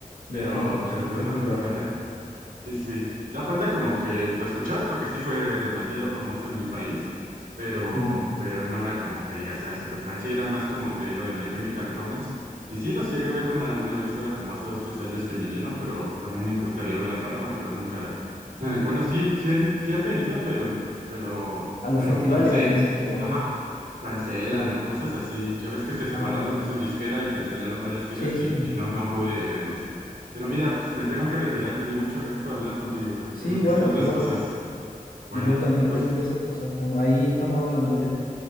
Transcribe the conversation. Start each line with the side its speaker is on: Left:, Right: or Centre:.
Right: pero,
Left: Ya tiene como su
Right: pero
Left: propio
Right: pues
Left: estilo
Right: no, no,
Left: ahora.
Right: <laughs> Sí, sí, sí. ya aparte como que lo escuchabas porque sí fue demasiado famoso en mi país, pero,
Left: Mm.
Right: pero no era como que digas, ah, es súper fan, sí, era más como te digo de My Chemical Romance, y sí los llegué a ver una, una vez ahora como hace dos, tres años que vinieron, pero también me gustaría ver a Paramore, pero nunca, <laughs> bueno, sí, sí han, sí han venido, pero, pero,
Left: A los
Right: pero
Left: festivales,
Right: cansé,
Left: ¿qué dices tú, o
Right: ajá,
Left: no?
Right: cancelan
Left: Sí.
Right: o cosas así, ya ves que se separaron
Left: Ah,
Right: de su disquera y cancelaron varias giras
Left: sí, sí.
Right: y, y no, no pude verlos. Pero mira, pues, me tengo que retirar, me dio mucho gusto hablar contigo. <laughs>
Left: Sí,
Right: Tengo
Left: igual,
Right: que hacer otras
Left: güey, igual.
Right: cosas. Bueno,
Left: Yo también
Right: pues,
Left: tengo que hacer cosas. pues, Ahí estamos hablando ya.